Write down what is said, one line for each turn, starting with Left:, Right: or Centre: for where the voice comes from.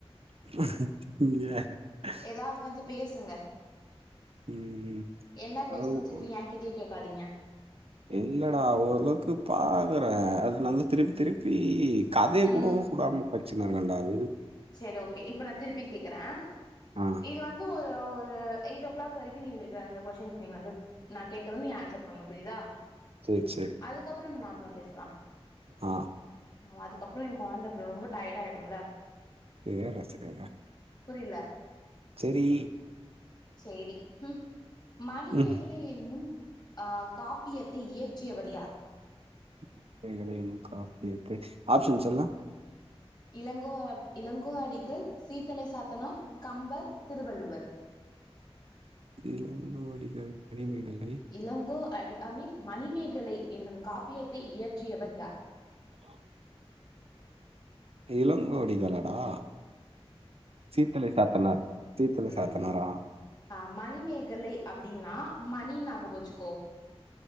Right: <inaudible>
Left: ஏதாவது வந்து பேசுங்க
Right: ம்
Left: என்ன பேஸ்ணுன்
Right: அது
Left: திருப்பி
Right: ஒ-
Left: எங்கிட்டயே கேக்காதீங்க
Right: இல்லடா ஓரளவுக்கு பாக்கறே அதுலிருந்து திருப்பி திருப்பி கதைய
Left: ம்
Right: கூட கூடாம பச்சினுருக்கேன்டா அது
Left: சேரி ஓகே இப்ப நா திருப்பி கேக்குறே
Right: ஆ
Left: இது வந் து ஒரு ஒரு எயிட் ஓ க்ளாக் வரைக்கு நீ வித இந்த கொஷின்ஸ் நீ வந்து நா கேக்கறே நீ ஆன்சர் பண்ணு புரியுதா
Right: சேர் சேரி
Left: அதுக்கப்றோ நம்ம நார்மலா பேசலா
Right: ஆ
Left: மா அதுக்கப்றோ ஏ கொழந்த ப்ரோ ரொம்ப டயாயிடுல்ல
Right: இதவே ரசிச்சின்றுக்கற
Left: புரியில
Right: சேரி
Left: சேரி உம் மணிமேக
Right: ம்
Left: லை என்னும் அ காப்பியத்தை இயற்றியவர் யார்
Right: மணிமேகலை என்னும் காப்பியத்தை ஆப்ஷன்ஸ் சொல்லு
Left: இளங்கோஅவ் இளங்கோ அடிகள் சீத்தலை சாத்தனார் கம்பர் திருவள்ளுவர்
Right: இளங்கோஅடிகள் மணிமேகலை
Left: இளங்கோ அடி ஐ மீன் மணிமேகலை என்னும் இயற்றியவர் யார்
Right: ஆ இளங்கோவடிகளாடா சீத்தலை சாத்தனார் சீத்தலை
Left: ம்
Right: சாத்தனாரா
Left: ஆ மணிமேகலை அப்டின்னா மணி ஞாபகோ வெச்சுக்கோ